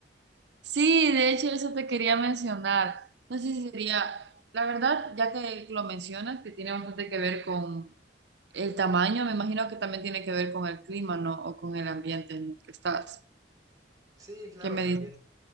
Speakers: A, on the right; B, on the right.
A: Sí, de hecho eso te quería mencionar. No sé si sería, la verdad, ya que lo mencionas, que tiene bastante que ver con el tamaño, me imagino que también tiene que ver con el clima, ¿no? O con el ambiente en el que estás.
B: Sí, claro,
A: ¿Qué me
B: también.
A: dices?